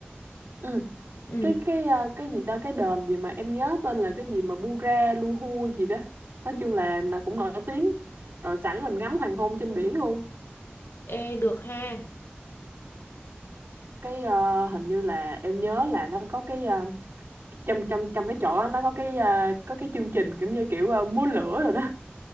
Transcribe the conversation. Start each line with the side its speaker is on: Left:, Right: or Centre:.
Right: Ừ.
Left: ừ
Right: Cái cái ờ, cái gì ta cái đền gì mà em nhớ tên là cái gì mà Bura Luhu gì đó. Nói
Left: Ừ.
Right: chung là, là cũng nổi tiếng. Rồi sẵn mình ngắm hoàng hôn trên biển luôn.
Left: Ê, được ha
Right: cái ờ, hình như là em nhớ là nó có cái ờ, trong trong trong cái chỗ đó, nó có cái ờ, có cái chương trình kiểu như kiểu ờ, múa lửa rồi đó